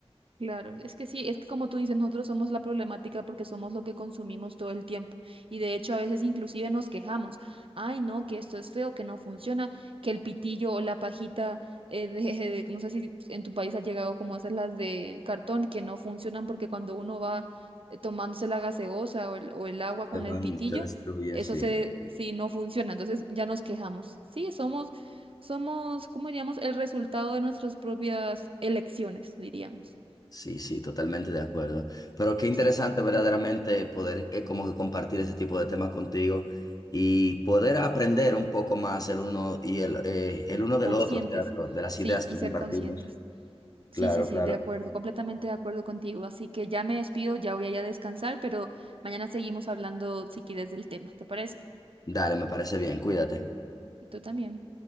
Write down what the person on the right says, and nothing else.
Claro, es que sí, es que como tú dices, nosotros somos la problemática porque somos lo que consumimos todo el tiempo. Y de hecho a veces inclusive nos quejamos, ay no, que esto es feo, que no funciona, que el pitillo o la pajita, eh, de, de- no sé si en tu país ha llegado como esas las de cartón, que no funcionan porque cuando uno va eh, tomándose la gaseosa o el, o el agua con
el pitillo,
eso
se, sí, no funciona. Entonces ya nos quejamos. Sí, somos, somos, ¿cómo diríamos? El resultado de nuestras propias elecciones, diríamos.
Sí.
Conscientes,
sí,
y
ser
conscientes. Sí,
sí, sí,
de acuerdo, completamente de acuerdo contigo. Así que ya me despido, ya voy allá a descansar, pero mañana seguimos hablando si quieres del tema, ¿te parece?
Y tú también.